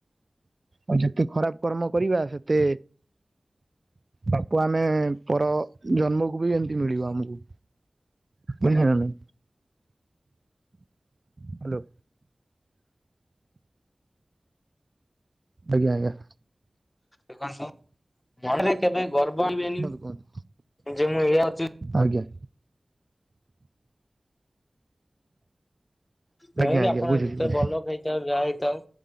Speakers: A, on the right; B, on the left.
A: ଆଉ ଯେତେ ଖରାପ କର୍ମ କରିବା ସେତେ ତାକୁ ଆମେ ପର ଜନ୍ମକୁ ବି ଏମିତି ମିଳିବ ଆମକୁ। ବୁଝିଲେ ନା? ହ୍ୟାଲୋ ଆଜ୍ଞା ଆଜ୍ଞା।
B: ଦେଖନ୍ତୁ ମନରେ କେବେ ଗର୍ବ ଆଣିବେନି,
A: କୁହନ୍ତୁ କୁହନ୍ତୁ
B: ଯେ ମୁଁ ଏଇଆ ଅଛି।
A: ଆଜ୍ଞା।
B: ତଣକି
A: ଆଜ୍ଞା ଆଜ୍ଞା
B: ଆପଣ
A: ବୁଝୁଛି
B: ଯେତେ
A: ବୁଝୁଛି
B: ଭଲ ଖାଇଥାଉ ଯାହା ହେଇଥାଉ।